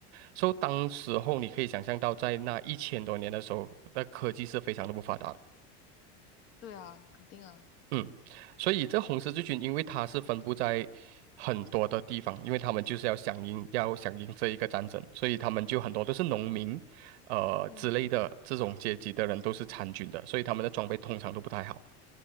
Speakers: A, on the right (about 70°); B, on the left (about 40°).
A: So 当时候你可以想象到，在那一千多年的时候，那科技是非常的不发达的。
B: 对啊，肯定啊，
A: 嗯，所以这红十字军，因为它是分布在很多的地方，因为他们就是要响应，要响应这一个战争，所以他们就很多都是农民，呃之类的这种阶级的人都是参军的，
B: 嗯，
A: 所以他们的装备通常都不太好。